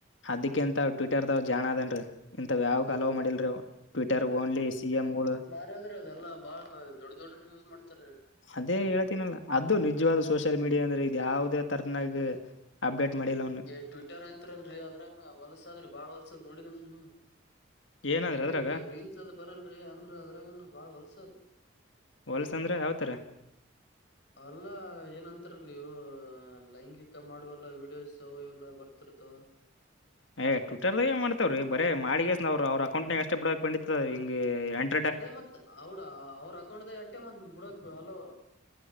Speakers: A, on the left; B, on the left.
A: ಅದಕಂತ್ ಟ್ವಿಟರ್ದಾವ್ ಜಾಣನ್ ಅದನ್ರೀ ಇಂತಥ ಯಾವುಕೋ
B: ಹ
A: ಅಲೋ ಮಾಡಿಲ್ರಿ ಅವ ಟ್ವಿಟರ್ ಓನ್ಲಿ ಸಿಎಂಗಳು
B: ದ್ರೆ ಅದೆಲ್ಲ ಬಾಳ ದೊಡ್ಡ ದೊಡ್ಡ್ರ ಯೂಸ್ ಮಾಡ್ತಾರೆ
A: ಅದೇ ಹೇಳ್ತನಲ್ಲ ಅದು ನಿಜವಾದ ಸೋಷಿಯಲ್ ಮೀಡಿಯಾ ಅಂದ್ರೆ ಇದ ಯಾವ್ದೇ ತರ್ನಾಗ ಅಪ್ಡೇಟ್ ಮಾಡಿಲ್ಲ ಅವನು
B: ಏ ಟ್ವಿಟರ್ ಅಂತಿಲ್ರಿ ಅದ್ರಾಗ ನ ಹೊಲ್ಸದ್ರಿ ಬಾಳ್ ಹೊಲ್ಸದ್ ನೋಡಿದನ್ ನೀವು
A: ಏನಾದ್ರ
B: ಅಂದ್ರ
A: ಅದ್ರ
B: ರೀಲ್ಸ್ ಅದ್ ಬರಲ್ರಿ ಅಂದ್ರ ಅದ್ರನು ಬಾಳ ಹೊಲ್ಸ್ರೀ
A: ಹೊಲ್ಸ ಅಂದ್ರೆ ಯಾವತರ
B: ಅಲ್ಲಾ ಏನಂತರ ನೀವು ಲೈಂಗಿಕ ಮಾಡುವಲ್ಲ ವೀಡಿಯೋಸ್ ವು ಎಲ್ಲ ಬರ್ತಿರ್ತವ
A: ಏ ಟ್ವಿಟ್ಟರ್ ದಾಗ ಏ ಮಾಡ್ತವ್ರೀ ಬರೀ ಮಾಡಿಗೇಶಸ್ನವ್ರು ಅವ್ರ ಅಕೌಂಟ್ನ ಅಷ್ಟ ಬಿಡಕ್ಕಿತ್ತ ಹಿಂಗಂಟ <unintelligible>
B: ಅದೇ ಮತ್ ಅವಡ ಅವ್ರ ಅಕೌಂಟ್ದಾಗ ಅಟ್ಟೆ ಮ ಬಿಡಕ್ ಅಲೋ